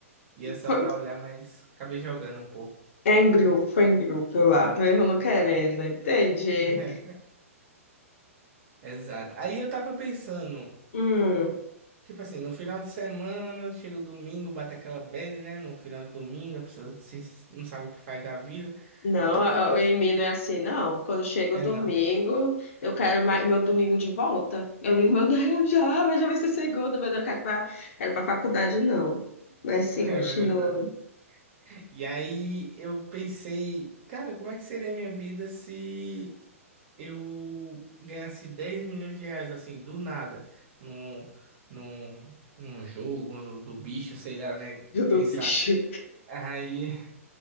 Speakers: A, on the right (about 45°); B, on the left (about 60°).
A: ia só
B: Foi-
A: pra olhar, mas acabei jogando um pouco.
B: É em grupo, foi em grupo lá, mesmo
A: Foi,
B: não querendo,
A: foi.
B: entende?
A: <laughs> Exato. Aí eu tava pensando,
B: Hum.
A: Tipo assim, no final de semana, chega o domingo, bate aquela bad, né? No final de domingo, a pessoa se- não sabe o que faz da vida.
B: Não,
A: Eu tava
B: a-
A: repensando.
B: a- o e-mail não é assim, não. Quando chega
A: É
B: o domingo,
A: não?
B: eu quero ma- meu domingo de volta. Eu digo, meu Deus, já, mas já vai ser segunda, meu Deus, eu quero para quero para faculdade, não. Mas sim,
A: <laughs>
B: continua.
A: É verdade.
B: <laughs>
A: E aí eu pensei, cara, como é que seria a minha vida se eu ganhasse 10 milhões de reais, assim, do nada, num, num, num jogo do bicho, sei lá, né?
B: Eu dou
A: Quem sabe?
B: bicho. <laughs>
A: Aí.